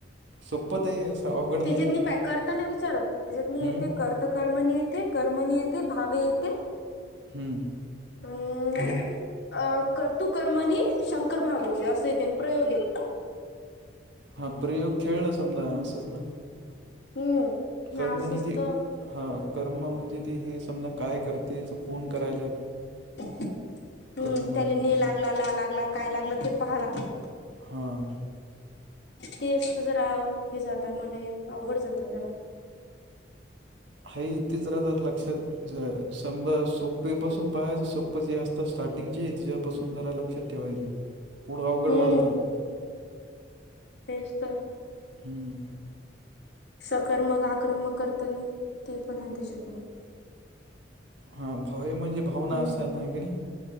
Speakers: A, on the right; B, on the left.
A: सोपदे अस अवघड नाही
B: त्याच्यात मी प करताना विचारत त्याच्यात मी
A: हम्म
B: ते कर कर्मणी येते कर्मणी येते भावे येते.
A: हम्म.
B: अं अ करतु कर्म आणि शंकर भावाचे असं येते प्रयोग येते.
A: हा प्रयोग खेळ ना समजा असंच ना.
B: हम्म. हे
A: कर्मनी
B: असंच
A: ते
B: तर
A: हा कर्म म्हणजे ते हे समजा काय करतेच कोण करायला.
B: हम्म
A: कर्मणी
B: त्याला ने लागला ला लागला काय लागलं ते पहा लागते.
A: हां.
B: ते असत जरा हे जाता मले अवघड जाता जरा.
A: ह इतीेचरा ज लक्षात स सोप्पेपासून पाहायच सोप्पं जे असत आता स्टार्टिंगची आहे तिच्यापासून जरा लक्षात ठेवायची. पुढ रावकडे
B: हम्म
A: वाढतात
B: तेच तर
A: हम्म.
B: सकर्मक आक्रमक करत नाही ते पण आहे त्याच्यात नाही
A: हा भाव म्हणजे भावना
B: हम्म
A: असा नाही क नाही.